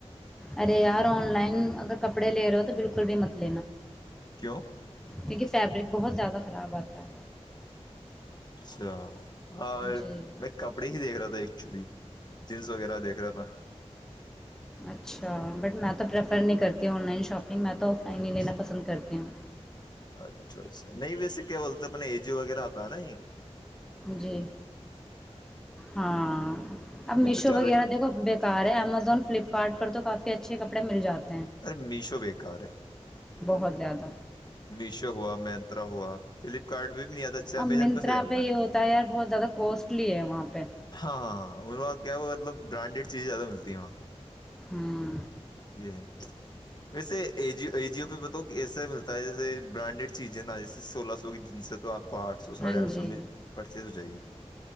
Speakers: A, in the centre; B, on the left.
A: ارے یار آن لائن اگر کپڑے لے رہو ہو تو بالکل بھی مت <inaudible>
B: کیوں
A: کیونکہ فیبرک بہت زیادہ خراب آتا ہے
B: <inaudible> ہاں
A: جی
B: میں کپڑے ہی دیکھ رہا تھا چلی جنس وغیرہ دیکھ رہا تھا
A: اچھا بٹ میں تو پریفر نہیں کرتی ہ آن لائن شاپنگ لیکن میں تو آفائن
B: اچھا
A: ہی لینا پسند کرتی ہوں
B: اچھا اچھا نہیں ویسے کیا بولتے اپن ای جی وغیرہ آتا ن
A: جی ہاں اب
B: میں
A: میشو
B: تو زیادہ
A: وغیرہ دیکھو بےکار ہے امزون فلپکارٹ پر تو کافی اچھے کپڑے مل جات ہیں
B: ارے میشو بےیکار ہے
A: بہت زیادہ
B: میشو ہوا مینترا ہوا فلپکارٹ بھی نہیں آتا اچھا
A: اب
B: امیزون
A: منترا
B: پہ صحی آتے
A: یہ ہوتا ہے یار بہت زیادہ کوسٹلی ہے وہاں پہ
B: ہاں ہاں ہ ان کا کیا ہو مطلب برانڈیڈ چیزیں زیادہ ملتی ہیں وہاں
A: ہاں
B: یہ ہے ویسے ای جیو ای جیو پہ بتاؤ کہ ایسا ملتا ہے جیسے برانڈیڈ چیزیں نا جیسے سولہ سو کی جن سے تو آپ آٹ سو ساڑھے
A: ہاں
B: آٹ
A: جی
B: سو میں پرچیس س جی